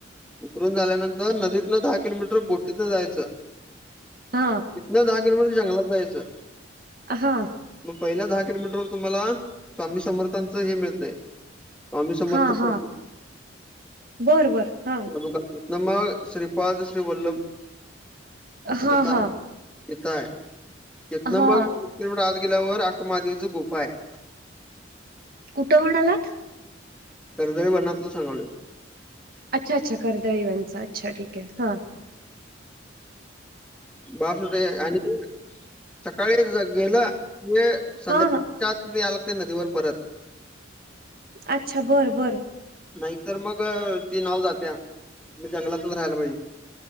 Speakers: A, in the centre; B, on the right (about 50°).
A: उतरून झाल्यानंतर नदीतनं दहा किलोमीटर बोटीतन जायचं
B: हा
A: तीतन दहा किलोमीटर जंगलात जायचं
B: हा
A: मग पहिल्या दहा किलोमीटर वर तुम्हाला स्वामी समर्थांचं हे मिळतंय स्वामी समर्थ
B: हा,
A: पुस्तकाचं
B: हा बरं, बरं हा
A: तिथन मग श्रीपाद श्री वल्लभ
B: हा
A: तिथं आहे,
B: हा
A: तिथं आहे तिथन
B: हा
A: मगं किलोटर आत गेल्यावर अक्मादेवी च गुफा आहे
B: कुठं म्हणालात?
A: कर्दळी वनातलं सांगायलोय
B: अच्छा, अच्छा कर्दळी वनचा अच्छा ठीक आहे हां
A: बास होतंय आणि सकाळी गेलं ते संध्या
B: हा हा
A: त्यातच यावं लागतंय नदीवर परत
B: अच्छा बरं, बरं
A: नाहीतर मग ते नाव जाते मी जंगलातच राहायला पाहिजे.